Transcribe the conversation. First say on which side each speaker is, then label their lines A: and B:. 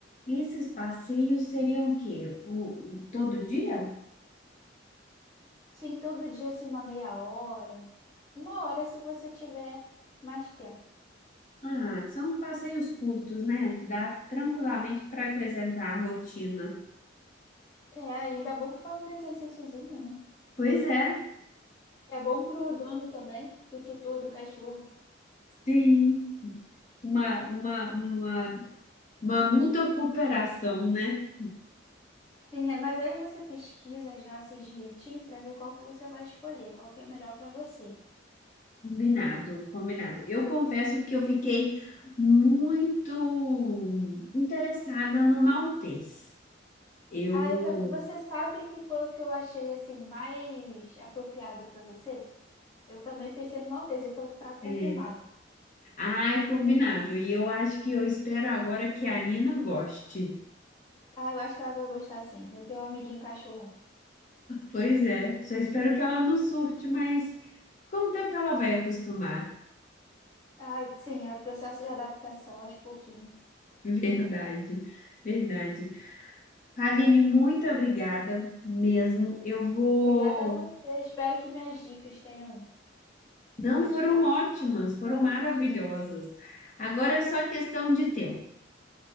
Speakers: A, on the left; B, on the left.
A: esses passeios seriam o quê? O, o- todo dia?
B: Sim, todo dia, assim, uma meia hora. Uma hora se você tiver mais tempo.
A: Ah, são passeios curtos, né? Dá tranquilamente para acrescentar a rotina.
B: É, ainda bom que faz um exercíciozinho, né?
A: Pois é,
B: É bom pro dono também, pro tutor do cachorro.
A: sim. Uma, uma, uma, uma mútua cooperação, né?
B: Sim, é, mas aí você pesquisa as raças direitinho para ver qual que você vai escolher, qual que é melhor para você.
A: Combinado, combinado. Eu confesso que eu fiquei muito interessada no Maltês. Eu.
B: Ah, eu também. Você sabe que foi o que eu achei assim mais apropriado para você? Eu também pensei no Maltese, então tá confirmado.
A: É. Ai, combinado. E eu acho que eu espero agora que a Nina goste.
B: Ah, eu acho que ela vai gostar sim. Vai ter um amiguinho cachorro.
A: Pois é, só espero que ela não surte, mas com o tempo ela vai acostumar.
B: Ah, sim, é o processo de adaptação aos pouquinhos.
A: <laughs> Verdade, verdade. Ravine, muito obrigada mesmo. Eu vou.
B: Obrigada a você. Espero que minhas dicas tenham
A: Não
B: ajudado
A: foram ótimas,
B: bastante.
A: foram maravilhosas. Agora é só questão de tempo.